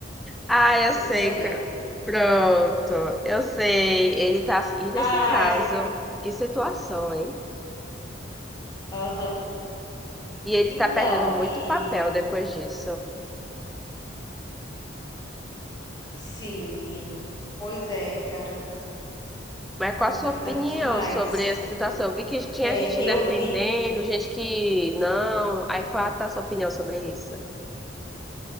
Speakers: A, in the centre; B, on the left (about 20°).
A: Ah, eu sei.
B: Kim Soyan.
A: cara. Pronto, eu sei. Ele tá. E nesse
B: Ai,
A: caso, que situação, hein?
B: Aham.
A: E ele
B: Então,
A: tá perdendo muito
B: e
A: papel depois disso.
B: sim, menina. Pois é, cara,
A: Mas qual
B: complicado
A: a sua opinião
B: demais.
A: sobre essa situação? Eu vi que tinha
B: É,
A: gente
B: eu
A: defendendo,
B: vi,
A: gente que não. Aí qual tá a sua opinião sobre isso?